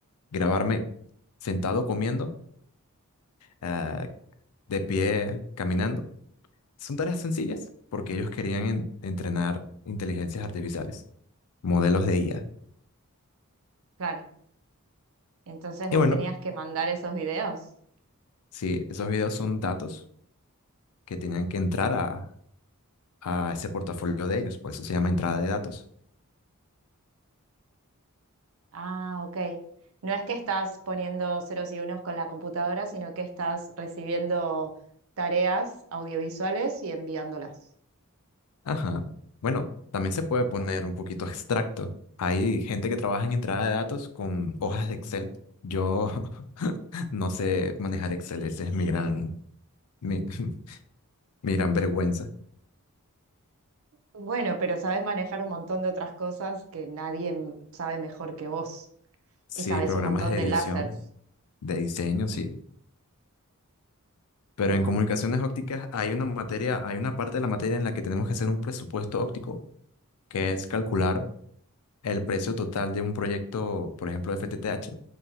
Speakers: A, on the left; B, on the right.
A: grabarme sentado comiendo eh, de pie, caminando. Son tareas sencillas porque ellos querían en- entrenar inteligencias artificiales, modelos de IA.
B: claro. Entonces
A: Y
B: vos
A: bueno,
B: tenías que mandar esos videos.
A: sí, esos videos son datos que tenían que entrar a, a ese portafolio de ellos, por eso se llama entrada de datos.
B: Ah, ok. No es que estás poniendo ceros y unos con la computadora, sino que estás recibiendo tareas audiovisuales y enviándolas.
A: Ajá. Bueno, también se puede poner un poquito abstracto. Hay gente que trabaja en entrada de datos con hojas de Excel. Yo <laughs> no sé manejar Excel, ese es mi gran, mi, <laughs> mi gran vergüenza.
B: Bueno, pero sabes manejar un montón de otras cosas que nadie m- sabe mejor que vos.
A: Sí,
B: Y sabes
A: programas
B: un montón
A: de
B: de
A: edición,
B: lásers.
A: de diseño, sí. Pero
B: Ahí
A: en
B: va.
A: comunicaciones ópticas hay una materia, hay una parte de la materia en la que tenemos que hacer un presupuesto óptico, que es calcular el precio total de un proyecto, por ejemplo, FTTH,